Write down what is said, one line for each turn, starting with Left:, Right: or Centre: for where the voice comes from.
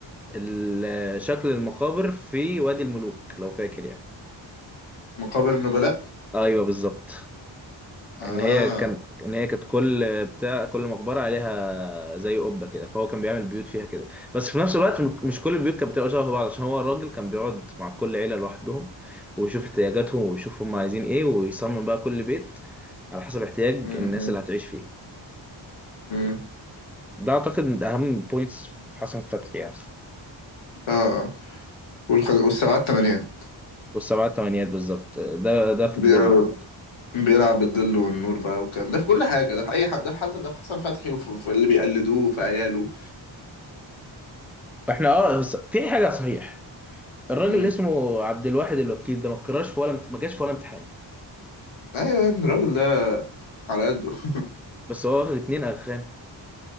Centre: ال- شكل المقابر في وادي الملوك لو فاكر يعني
Left: مقابر النبلاء
Centre: ايوه بالظبط
Left: اه
Centre: ان هي كان ان هي كانت كل بتاع كل مقبره عليها زي قبه كده فهو كان بيعمل بيوت فيها كده بس في نفس الوقت م-
Left: مم.
Centre: مش كل البيوت كانت بتبقى شبه بعض عشان هو الراجل كان بيقعد مع كل عيله لوحدهم ويشوف احتياجاتهم ويشوف هم عايزين ايه ويصمم بقى كل بيت على حسب احتياج
Left: مم.
Centre: الناس اللي هتعيش فيه
Left: مم.
Centre: ده اعتقد من اهم بوينتس في حسن فتحي يعني
Left: اه اه والخ- والسبعات تمانية
Centre: والسبعة التمانيات بالظبط ده ده في
Left: بيلعب
Centre: الجورنال عامة
Left: بيلعب بالظل والنور بقى والكلام ده في كل حاجة ده في أي حد ده في حسن ده في حسن فتحي وفي في اللي بيقلدوه في عياله
Centre: فاحنا اه بس في حاجة صحيح الراجل
Left: مم.
Centre: اللي اسمه عبد الواحد الوكيل ده ما اتكررش في ولا امت- ما جاش في ولا امتحان
Left: أيوة يا ابني الراجل ده على قده <laughs>
Centre: بس هو واخد اتنين اغخان